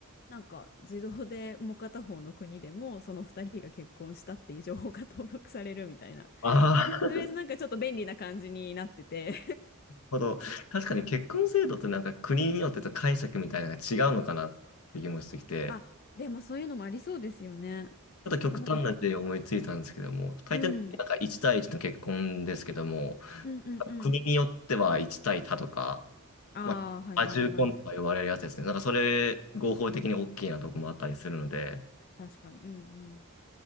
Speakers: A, on the left (about 45°); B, on the left (about 80°).
A: なんか自動でもう片方の国でもその2人が結婚したっていう情報が登録されるみたいな。
B: ああ、なる
A: とりあえずなんかちょっと便利な感じになってて
B: ほど。確かに結婚制度ってなんか国によってと解釈みたいなのが違うのかなって気もしてきて、
A: あ、でもそういうのもありそうですよね。な
B: ちょっと極端な例で思いついたんですけども、
A: かなんか、
B: 大抵なんか1対1の結婚ですけども、
A: うん、うんうんうん。
B: 国によっては1対多とか、
A: ああ、
B: まあ、
A: はいはいはい。
B: 多重婚とか呼ばれるやつですね。なんかそれ合法的に大きいなとこもあったりするので、
A: 確かに。うんうん。